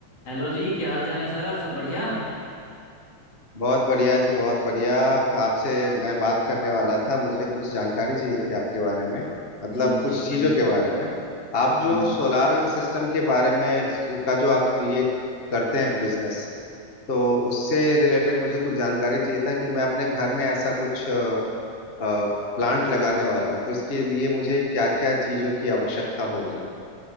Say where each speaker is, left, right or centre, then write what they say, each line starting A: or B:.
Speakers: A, on the left (about 50°); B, on the left (about 30°).
A: Hello जी क्या हाल चाल है सर सब बढ़िया
B: बहुत बढ़िया जी बहुत बढ़िया आपसे मैं बात करने वाला था मुझे कुछ जानकारी चाहिए थी आपके बारे में मतलब
A: जी जी
B: कुछ
A: बताइए
B: चीज़ों के बारे में आप
A: हम्म
B: जो सोलार सिस्टम के बारे में का जो आप ये करते हैं बिजनेस तो उससे रिलेटेड मुझे कुछ जानकारी चाहिए था कि मैं अपने घर में ऐसा कुछ प्लांट लगाने वाला हूँ तो इसके लिए मुझे क्या क्या चीज़ों की आवश्यकता होगी